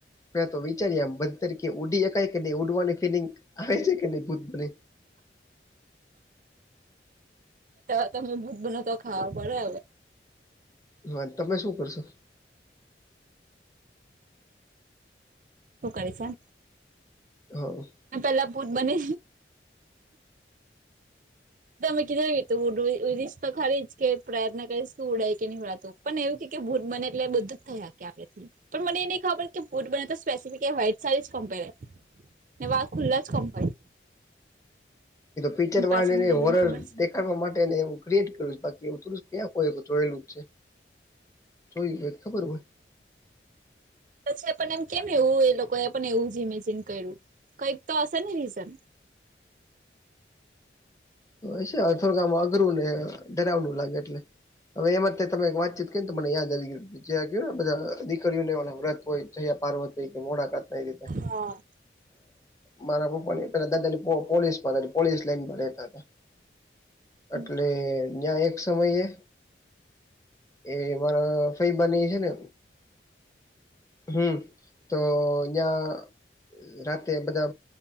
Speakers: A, on the left (about 20°); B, on the right (about 45°).
A: પે તો વિચારીમ બધી તરીકે ઉડી શકાય કે નહી ઉડવાની ફિલિંગ આવે છે કે નહી ભૂત બને
B: એટ તમે ભૂત બના તો ખાવા પડે હવે
A: હા તમે શું કરશો?
B: શું કરીશ એમ.
A: હા.
B: મેં પેલા ભૂત બને તમે કીધું તું ઉડ ઉડીશ તો ખરી જ કે પ્રયત્ન કરીશ તું ઉડે કે નહી ઉડાતું. પણ એવું કે ભુત બને એટલે બધુ થયા કે આપણે પણ મને એ નહી ખબર કે ફૂટ બને તો સ્પેસિફિક એ વાઈટ સારી જ કેમ્ પેર ને વાળ ખુલ્લા જ કમ હોય?
A: પિકચર
B: એની પાછળનું
A: વારા ને
B: રીઝન
A: હોરર
B: ખબર છે
A: માટે એવું ક્રએટ કર્યું બાકી એ ક્યાં જોયેલું છે. જોય હોય એન ખબર હોય.
B: પછી પણ એમ કેમ એવું એ લોકો એ પણ એવું ઈમેજીન કર્યું કઈક તો હશે ને રીઝન?
A: ીય થોડમાં અઘરું ને ડરાવનું લાગે એટલે. હવે એમાં તમે એક વાતચીત કરીને તો મને યાદ આવી ગય જે ગયને બધા દીકરીઓને એ વ્રત હોય? જોયા પાર્વતી કે મોડાકાતઈ-
B: હા.
A: મારા પપ્પા ની પેલા દાદા ની પોલીસ પોલીસ લાનમાં રેતા
B: હમ
A: એટલે નયાં એક સમયે એ મારા ફઈ બાની હે ને હમ તો યીયાં રાતે બધા